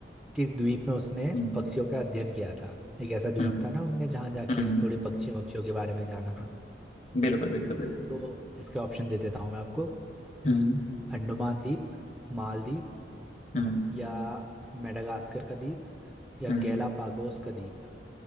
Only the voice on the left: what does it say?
हम्म
हम्म
हम्म,
बिल्कुल बिल्कुल बिल्कुल
हम्म
हम्म
हम्म